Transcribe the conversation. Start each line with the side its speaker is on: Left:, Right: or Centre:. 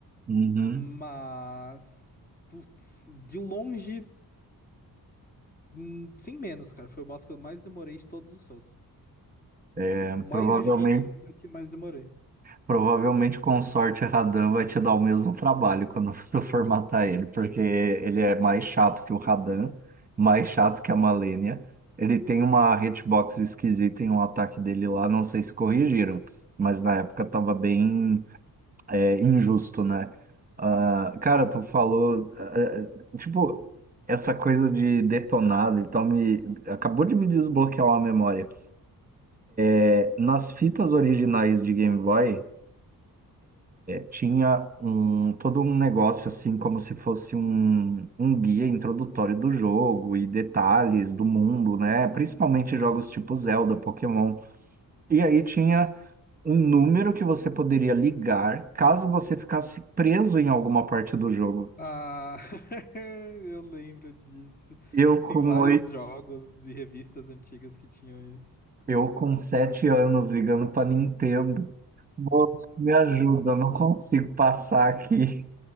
Right: Uhum.
Left: Mas, putz, de longe, hum, sem menos, cara. Foi o boss que eu mais demorei de todos os Souls. O
Right: É,
Left: o mais
Right: Provavelmente.
Left: difícil e o que mais demorei.
Right: Provavelmente com sorte Radan vai te dar o mesmo trabalho quando <laughs> tu formatar ele, porque ele é mais chato que o Radan, mais chato que a Malenia. Ele tem uma hitbox esquisita em um ataque dele lá, não sei se corrigiram, mas na época tava bem é, injusto, né? Ah, cara, tu falou, eh, eh, tipo, essa coisa de detonado, então me acabou de me desbloquear uma memória. É, Nas fitas originais de Game Boy tinha um todo um negócio assim como se fosse um, um guia introdutório do jogo e detalhes do mundo, né? Principalmente jogos tipo Zelda, Pokémon. E aí tinha um número que você poderia ligar caso você ficasse preso em alguma parte do jogo.
Left: Ah, <laughs> eu lembro disso.
Right: Eu com
Left: Tem vários
Right: oito,
Left: jogos e revistas antigas que tinham isso.
Right: eu com sete anos ligando para Nintendo. Moço, me ajuda, eu não consigo passar aqui.